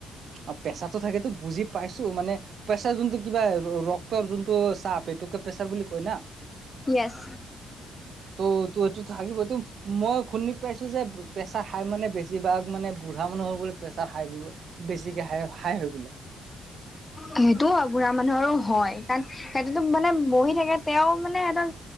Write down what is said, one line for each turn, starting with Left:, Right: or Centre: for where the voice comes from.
Right: অ'! প্ৰেছাৰতো থাকেতো, বুজি পাইছোঁ! মানে, প্ৰেছাৰ যোনটো, কিবা ৰক্তৰ যোনটো চাপ, এইটোকে প্ৰেছাৰ বুলি কয় না?
Left: য়েছ।
Right: ত' এইটো থাকিবতো, মই শুনি পাইছোঁ যে, প্ৰেছাৰ হাই মানে, বেছি বেছিভাগ মানে, বুঢ়া মানুহৰ বোলে, প্ৰেছাৰ হাই <unintelligible> বেছিকে, হাই-হাই হৈ বোলে।
Left: সেইটোও হয়! বুঢ়া মানুহৰো হয়। কাৰণ সেইটোতো মানে, বহি থাকে। তেওঁ মানে, এটা,